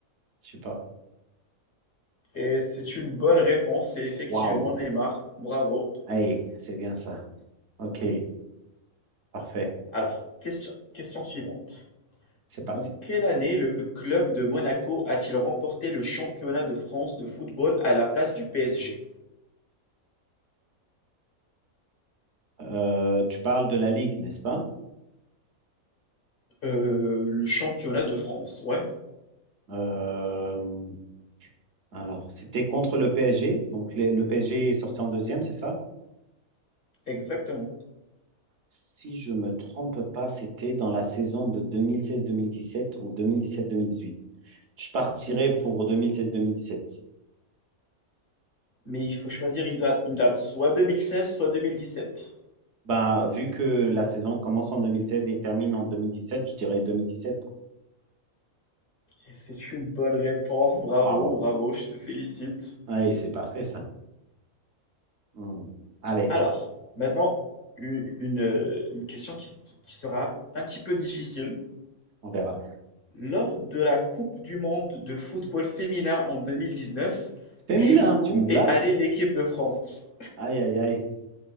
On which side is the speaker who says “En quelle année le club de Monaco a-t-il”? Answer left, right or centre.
Left